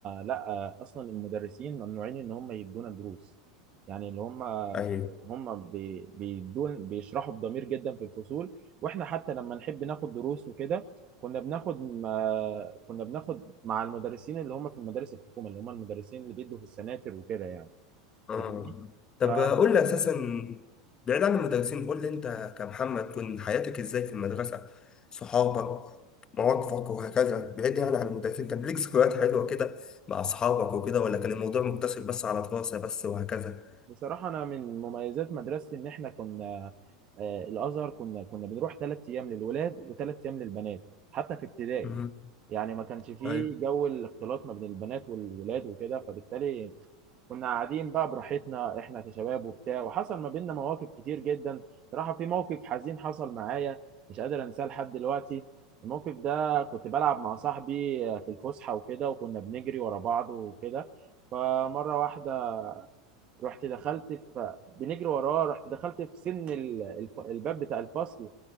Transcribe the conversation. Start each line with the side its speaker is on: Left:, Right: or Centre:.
Right: لا اصلا المدرسين ممنوعين ان هم يدونا دروس يعني اللي هم
Left: يعني
Right: هم بي- بيدون بيشرحوا بضمير جدا في الفصول واحنا حتى لما نحب ناخد دروس وكده كنا بناخد ما كنا بناخد مع المدرسين اللي هم في المدارس الحكومه اللي هم المدرسين اللي بيدوا في السناتر وكده يعني
Left: اه
Right: فاهمني
Left: طب
Right: ف
Left: قول لي اساسا بعيد عن المدرسين قول لي انت كمحمد كنت حياتك ازاي في المدرسه صحابك مواقفك وهكذا بعيد يعني عن المدرسين كان ليك ذكريات حلوه كده مع اصحابك وكده ولا كان الموضوع مقتصر بس على دراسه بس وهكذا
Right: بصراحة أنا من مميزات مدرستي إن إحنا كنا آه، الأزهر كنا كنا بنروح ثلاث أيام للولاد وثلاث أيام للبنات حتى في ابتدائي
Left: امم
Right: يعني ما كانش فيه
Left: ايوه
Right: جو الاختلاط ما بين البنات والولاد وكده فبالتالي كنا قاعدين بقى براحتنا إحنا كشباب وبتاع وحصل ما بيننا مواقف كتير جدا بصراحة في موقف حزين حصل معايا مش قادر أنساه لحد دلوقتي الموقف ده كنت بلعب مع صاحبي آه، في الفسحة وكده وكنا بنجري ورا بعض وكده فمرة واحدة رحت دخلت في بنجري وراه رحت دخلت في سن ال- الف- الباب بتاع الفصل